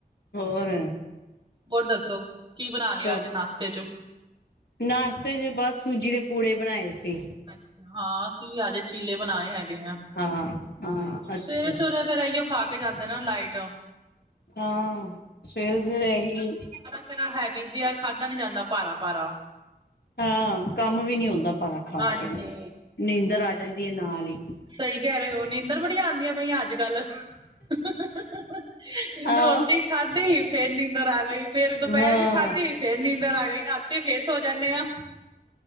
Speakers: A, on the left; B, on the right.
A: ਹੋਰ
B: ਹੋਰ ਦੱਸੋ, ਕੀ ਬਨਾ
A: ਸ਼ੋ
B: ਲੇਆ ਅੱਜ ਨਾਸ਼ਤੇ ਚੋਂ?
A: ਨਾਸ਼ਤੇ 'ਚ ਬਸ ਸੂਜੀ ਦੇ ਪੂੜੇ ਬਣਾਏ ਸੀ।
B: ਅੱਛਾ, ਹਾਂ ਕੀ ਅੱਜ ਚੀਲੇ ਬਣਾਏ ਹੈਗੇ ਆ
A: ਹਾਂ ਹਾਂ ਅੱਛਾ
B: ਸਵੇਰੇ-ਸਵੇਰੇ ਫਿਰ ਏਈ ਓ ਖਾ ਕੇ ਜਾਂਦੇ ਨਾ, ਲਾਈਟ।
A: ਹਾਂ, ਸਵੇਰੇ-ਸਵੇਰੇ ਏਹੀ
B: ਫਿਰ ਹੈਵੀ ਜੇਆ ਖਾਦਾ ਨੀਂ ਜਾਂਦਾ ਭਾਰਾ-ਭਾਰਾ।
A: ਹਾਂ, ਕੰਮ ਵੀ ਨੀ ਹੁੰਦਾ ਭਾਰਾ ਖਾ
B: ਹਾਂਜੀ।
A: ਕੇ ਨੀਂਦਰ ਆ ਜਾਂਦੀ ਐ ਨਾਲ ਈ।
B: ਸਈ ਕੇ ਰਏ ਓ ਨੀਂਦਰ ਬੜੀਆਂ ਆਂਦੀਆਂ ਪਈਆਂ ਅੱਜ-ਕੱਲ। <unintelligible>
A: ਆਹ
B: ਰੋਟੀ ਖਾਦੀ ਫੇਰ ਨੀਂਦਰ ਆ ਗਈ। ਫੇਰ ਦੁਪੈਰ
A: ਹਾਂ
B: ਦੀ ਖਾਧੀ ਫੇਰ ਨੀਂਦਰ ਆ ਗਈ ਰਾਤੀ ਫੇਰ ਸੌ ਜਾਂਨੇ ਆਂ।